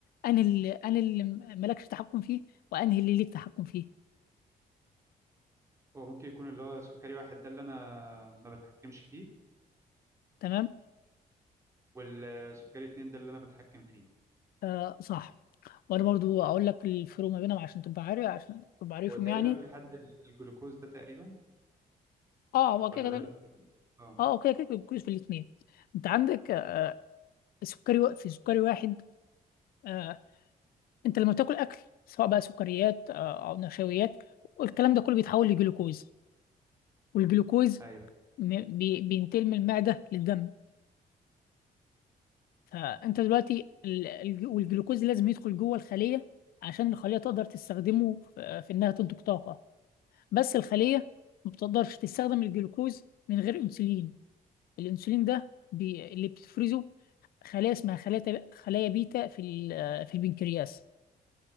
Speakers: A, on the left; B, on the right.
A: انهي اللي انهي اللي مالكش تحكم فيه وانهي اللي ليك تحكم فيه
B: هو ممكن يكون اللي هو سكري واحد ده اللي أنا ما بتحكمش فيه
A: تمام
B: والسكري اتنين ده اللي أنا بتحكم فيه
A: آه صح وانا برضو اقول لك الفروق ما بينهم عشان تبقى عارف عشان تبقى عارفهم
B: هو تقريبا
A: يعني
B: في حد ال- الجلوكوز ده تقريبا
A: اه هو
B: ولا
A: كده
B: ده
A: كده
B: مش اه
A: اه هو كده كده كويس في الاثنين انت عندك آه، سكري وا- في سكري واحد آه، انت لما بتاكل اكل سواء بقى سكريات آه، او نشويات الكلام ده كله بيتحول لجلوكوز والجلوكوز
B: أيوه
A: م- بي- بينتقل من المعده للدم فانت دلوقتي ال- الج- والجلوكوز لازم يدخل جوه الخليه عشان الخليه تقدر تستخدمه في في انها تنتج طاقه بس الخليه ما بتقدرش تستخدم الجلوكوز من غير انسولين الانسولين ده بي... اللي بتفرزه خلايا اسمها خلايا خلايا بيتا في ال- في البنكرياس